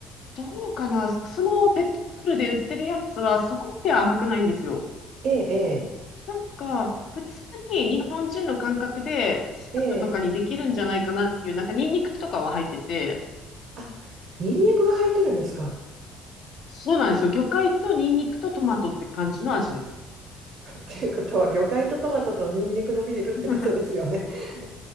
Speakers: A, on the left (about 60°); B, on the right (about 55°).
A: どうかなそのペットボトルで売ってるやつはそこまでは甘くないんですよ。
B: うええ、
A: なんか、普通に日本人の感覚でスープとかにできるんじゃないかなっていう、
B: ええ、ええ、
A: なんかニンニクとかは入ってて、
B: あ、ニンニクが入ってるんですか
A: そうなんですよ。魚介とニンニクとトマトって感じの味です。
B: <laughs> っていうことは、魚介とトマトとニンニクのビールってことですよね。
A: <laughs>
B: <laughs>